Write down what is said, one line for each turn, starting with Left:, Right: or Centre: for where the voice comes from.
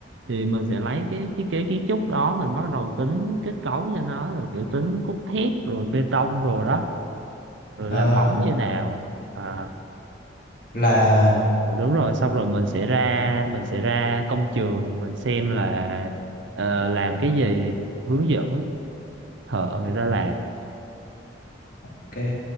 Right: thì mình sẽ lấy cái thiết kế kiến trúc đó mình bắt đầu tính kết cấu cho nó rồi kiểu tính cốt thép rồi bê tông rồi đó rồi
Left: à,
Right: làm móng như nào À,
Left: là
Right: Ừ, đúng rồi xong rồi mình sẽ ra mình sẽ ra công trường mình xem là ờ, làm cái gì hướng dẫn thợ người ta làm
Left: Ok.